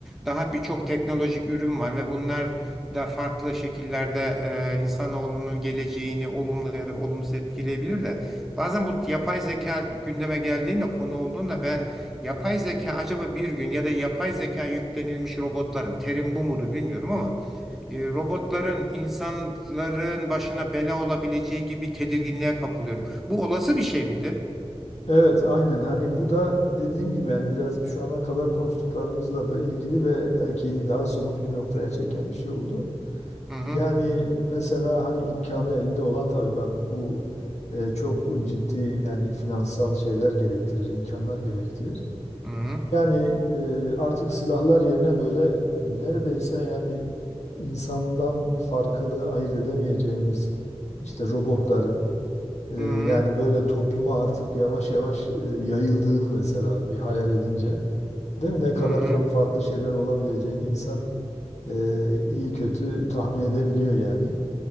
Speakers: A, in the centre; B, on the left (about 80°).
A: daha birçok teknolojik ürün var ve bunlar da farklı şekillerde e, insanoğlunun geleceğini olumlu ya da olumsuz etkileyebilir de. Bazen bu yapay zeka gündeme geldiğinde konu olduğunda ben yapay zeka acaba bir gün ya da yapay zeka yüklenilmiş robotların terim bu mudur bilmiyorum ama e, robotların insanların başına bela olabileceği gibi tedirginliğe kapılıyorum. Bu olası bir şey midir?
B: Evet aynen hani bu da dediğim gibi yani biraz şu ana kadar konuştuklarımızla da ilgili ve belki daha somut bir noktaya çeken bir şey oldu.
A: Hı hı.
B: Yani mesela hani imkanı elinde olan tabii ben bu e, çok ciddi yani finansal şeyler gerektirir, imkanlar gerektirir.
A: Hı hı.
B: Yani e, artık silahlar yerine böyle neredeyse yani insandan farkını ayırt edemeyeceğimiz işte robotların e,
A: Hı hı.
B: yani böyle topluma artık yavaş yavaş e, yayıldığını mesela bir hayal edince değil mi? Ne kadar
A: Hı hı.
B: çok farklı şeyler olabileceğini insan e, iyi kötü tahmin edebiliyor yani.